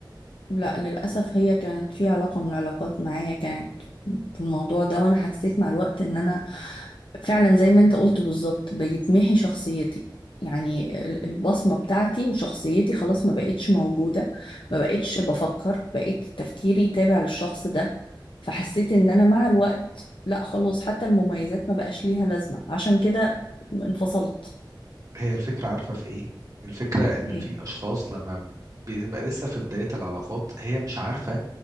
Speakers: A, on the left; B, on the right.
A: لا للأسف هي كانت في علاقة من العلاقات معايا كانت في الموضوع ده وأنا حسيت مع الوقت إن أنا فعلا زي ما أنت قلت بالظبط بيتمحي شخصيتي يعني ال- البصمة بتاعتي وشخصيتي خلاص ما بقتش موجودة ما بقتش بفكر بقيت تفكيري تابع للشخص ده فحسيت إن أنا مع الوقت لا خلاص حتى المميزات ما بقاش ليها لازمة عشان كده انفصلت
B: هي الفكره عارفه في ايه الفكره ان
A: إيه؟
B: في اشخاص لما بتبقى لسه في بدايه العلاقات هي مش عارفه